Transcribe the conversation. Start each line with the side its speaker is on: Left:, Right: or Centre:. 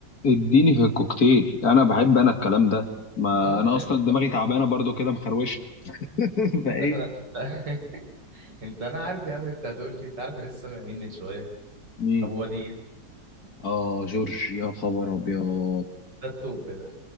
Left: اديني في الكوكتيل انا بحب انا الكلام ده ما
Right: اه
Left: انا
Right: تعب
Left: اصلا دماغي تعبانه برضو كده مخروشه <laughs> فايه
Right: عارف انا <laughs> انت انا عارف يا عم انت هتقول لي انت عارف انا لسه سامع مين من شويه
Left: مين
Right: ابو وديع
Left: اه جورج يا خبر ابيض
Right: ده التوب ده